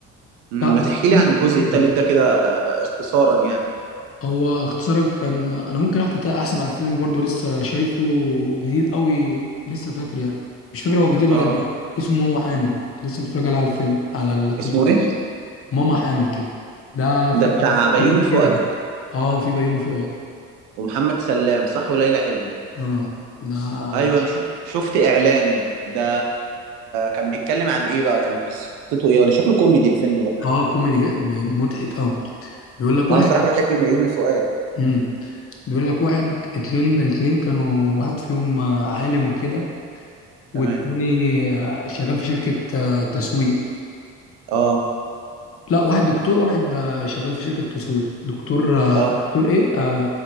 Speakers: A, on the right; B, on the left.
A: ما
B: لا
A: تحكي
B: لا،
A: لي
B: في-
A: عن الجزء
B: في فيلم.
A: الثالث ده كده آه، اختصارا يعني
B: هو اختصارا كان انا ممكن احكي تا- احسن عن فيلم برضو لسه شايفه جديد قوي لسه فاكر يعني مش فاكر هو جديد ولا
A: اه
B: قديم اسمه ماما حامل لسه متفرج عليه على الفيلم على التلفزيون
A: اسمه ايه
B: ماما حامل كده ده
A: ده
B: فيلم
A: بتاع بيومي
B: كوميدي
A: فؤاد
B: جدا اه في بيومي فؤاد
A: ومحمد سلام صح وليلى علوي
B: اه ده
A: ايوه انا شف... شفت اعلانه ده كان بيتكلم عن ايه بقى كان قصته ايه وانا شكله كوميدي الفيلم ده
B: اه كوميدي جدا مضحك قوي بيقول لك
A: انا
B: واحد
A: بصراحه بحب ميومي فؤاد
B: امم بيقول لك واحد اتنين اتنين كانوا واحد فيهم آه، عالم وكده والتاني
A: تمام
B: آه، شغال في شركة آه، تسويق
A: اه
B: لا واحد دكتور واحد آه، شغال في شركة تسويق دكتور آه،
A: اه
B: دكتور ايه آه،